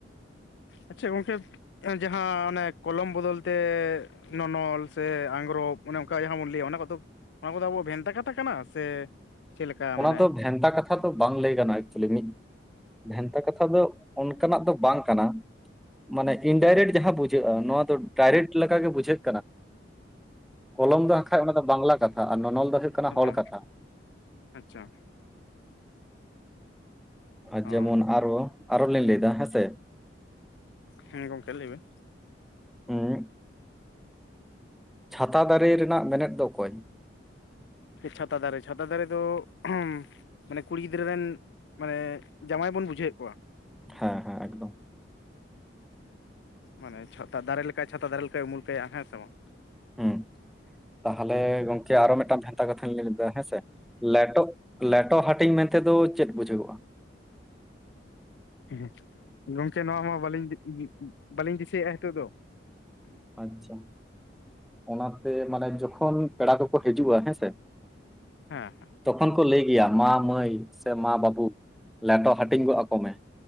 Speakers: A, on the left; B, in the centre.
A: ᱟᱪᱷᱟ ᱜᱚᱝᱠᱮ ᱡᱟᱦᱟᱸ ᱚᱱᱮ ᱠᱚᱞᱚᱢ ᱵᱚᱫᱚᱞ ᱛᱮ ᱱᱚᱱᱚᱞ ᱥᱮ ᱟᱝᱜᱽᱨᱚᱵ ᱚᱱᱮ ᱚᱱᱠᱟ ᱡᱟᱦᱟᱸ ᱵᱚᱱ ᱞᱟᱹᱭᱟ ᱚᱱᱟ ᱠᱚᱫᱚ ᱚᱱᱟ ᱠᱚᱫᱚ ᱟᱵᱚᱣᱟᱜ ᱵᱷᱮᱱᱛᱟ ᱠᱟᱛᱷᱟ ᱠᱟᱱᱟ ᱥᱮ ᱪᱮᱫ ᱞᱮᱠᱟ
B: ᱚᱱᱟ
A: ᱢᱟᱱᱮ
B: ᱫᱚ ᱵᱷᱮᱱᱛᱟ ᱠᱟᱛᱷᱟ ᱠᱟᱛᱷᱟ ᱫᱚ ᱵᱟᱝ ᱞᱟᱹᱭ ᱜᱟᱱᱚᱜᱟ ᱮᱠᱪᱩᱭᱮᱞᱤ ᱢᱤᱫ ᱵᱷᱮᱱᱛᱟ ᱠᱟᱛᱷᱟ ᱫᱚ ᱚᱱᱠᱟᱱᱟᱜ ᱫᱚ ᱵᱟᱝ ᱠᱟᱱᱟ ᱢᱟᱱᱮ ᱤᱱᱰᱟᱭᱨᱮᱠᱴ ᱡᱟᱦᱟᱸ ᱵᱩᱡᱷᱟᱹᱜᱼᱟ ᱱᱚᱣᱟ ᱫᱚ ᱰᱟᱭᱨᱮᱴ ᱞᱮᱠᱟᱜᱮ ᱵᱩᱡᱷᱟᱹᱜ ᱠᱚᱞᱚᱢ ᱫᱚ ᱦᱟᱸ ᱠᱷᱟᱡ ᱚᱱᱟ ᱫᱚ ᱵᱟᱝᱞᱟ ᱠᱟᱛᱷᱟ ᱟᱨ ᱱᱚᱱᱚᱞ ᱫᱚ ᱦᱩᱭᱩᱜ ᱠᱟᱱᱟ
A: ᱟᱪᱷᱟ
B: ᱦᱚᱲ ᱠᱟᱛᱷᱟ
A: ᱟᱪᱷᱟ
B: ᱟᱨ
A: ᱚ
B: ᱡᱮᱢᱚᱱ ᱟᱨᱚ ᱟᱨᱚ ᱞᱤᱧ ᱞᱟᱹᱭ ᱫᱟ ᱦᱮᱸᱥᱮ
A: ᱦᱮᱸ ᱜᱚᱝᱠᱮ ᱞᱟᱹᱭ ᱵᱮᱱ
B: ᱦᱩᱸ ᱪᱷᱟᱛᱟ ᱫᱟᱨᱮ ᱨᱮᱱᱟᱜ ᱢᱮᱱᱮᱫ ᱫᱚ ᱚᱠᱚᱭ?
A: ᱪᱷᱟᱛᱟ ᱫᱟᱨᱮ ᱪᱷᱟᱛᱟ ᱫᱟᱨᱮ ᱫᱚ <unintelligible> ᱢᱟᱱᱮ ᱠᱩᱲᱤ ᱜᱤᱫᱽᱨᱟᱹ ᱨᱮᱱ ᱢᱟᱱᱮ ᱡᱟᱶᱟᱭ ᱵᱚᱱ ᱵᱩᱡᱷᱟᱹᱣᱮᱫ ᱠᱚᱣᱟ
B: ᱦᱮᱸ ᱦᱮᱸ ᱮᱜᱽ
A: ᱢᱟᱱᱮ ᱪᱷᱟᱛᱟ ᱫᱟᱨᱮ ᱞᱮᱠᱟᱭ ᱪᱷᱟᱛᱟ ᱫᱟᱨᱮ ᱞᱮᱠᱟᱭ ᱩᱢᱩᱞ ᱠᱟᱭᱟ ᱦᱮᱸ ᱥᱮ ᱵᱟᱝ
B: ᱦᱩᱸ ᱛᱟᱦᱚᱞᱮ ᱜᱚᱢᱠᱮ ᱟᱨᱚ ᱢᱤᱫᱴᱟᱝ ᱵᱷᱮᱱᱛᱟ ᱠᱟᱛᱷᱟᱧ ᱞᱮᱫᱟ ᱦᱮᱸᱥᱮ ᱞᱮᱴᱚ ᱞᱮ ᱞᱮᱴᱚ ᱦᱟᱹᱴᱤᱧ ᱢᱮᱱᱛᱮ ᱫᱚ ᱪᱮᱫ ᱵᱩᱡᱷᱟᱹᱜᱚᱜᱼᱟ
A: ᱦᱮᱸ ᱜᱚᱢᱠᱮ ᱱᱚᱣᱟ ᱢᱟ ᱵᱟᱹᱞᱤᱧ ᱵᱟᱹᱞᱤᱧ ᱫᱤᱥᱟᱹᱭᱮᱫᱼᱟ ᱱᱤᱛᱚᱜ ᱫᱚ
B: ᱟᱪᱪᱷᱟ ᱚᱱᱟᱛᱮ ᱢᱟᱱᱮ ᱡᱚᱠᱷᱚᱱ ᱯᱮᱲᱟ ᱠᱚ ᱠᱚ ᱦᱤᱡᱩᱜᱼᱟ ᱦᱮᱸᱥᱮ
A: ᱦᱮᱸ ᱦᱮᱸ
B: ᱛᱚᱠᱷᱚᱱ ᱠᱚ ᱞᱟᱹᱭ ᱜᱮᱭᱟ ᱢᱟ ᱢᱟᱹᱭ ᱥᱮ ᱢᱟ ᱵᱟᱹᱵᱩ ᱞᱮᱴᱚ ᱦᱟᱹᱴᱤᱧ ᱜᱚᱜ ᱟᱠᱚ ᱢᱮ